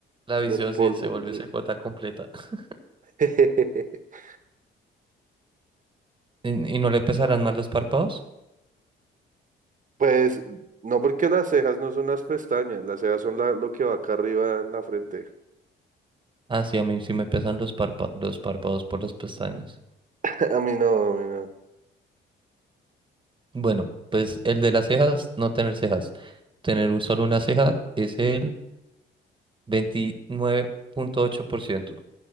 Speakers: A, on the right (about 25°); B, on the right (about 40°).
A: la visión
B: del polvo.
A: sí se vuelve
B: sí.
A: C J completa. <laughs>
B: <laughs>
A: ¿Y, y no le pesarán más los párpados?
B: Pues no porque las cejas no son las pestañas, las cejas son la- lo que va acá arriba en la frente.
A: Ah, sí, a mí sí me pesan los párpa- los párpados por las pestañas.
B: <laughs> A mí no, a mí no.
A: Bueno, pues el de las cejas, no tener cejas. Tener un, solo una ceja es el 29.8%.